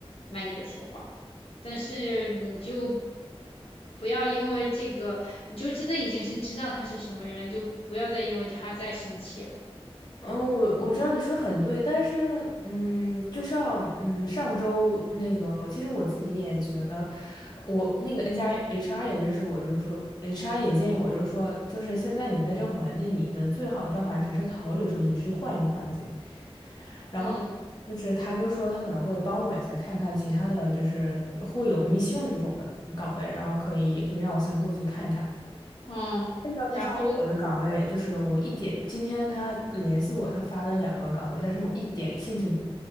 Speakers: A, on the left (about 70°); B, on the left (about 40°).
A: manager 说话，但是你就不要因为这个，你就真的已经是知道他是什么人了，你就不要再因为他再生气了。
B: 嗯，我我知道你说得很对，但是，嗯，就像，嗯，上周那个，其实我自己也觉得，我那个 N 加 HR 也认识我，就是说，HR 也建议我，就是说，就是现在你在这个环境，你的最好的办法只是逃离出去，是换一个环境。然后，
A: 嗯
B: 就是他就说他可能会帮我一下，看看其他的就是会有 mission 那种的岗位，然后可以也可以让我先过去看一看。
A: 嗯，
B: 看到他发给我的岗位，
A: 然后
B: 就是我一点，今天他联系我，他发了两个岗位，但是我一点兴趣，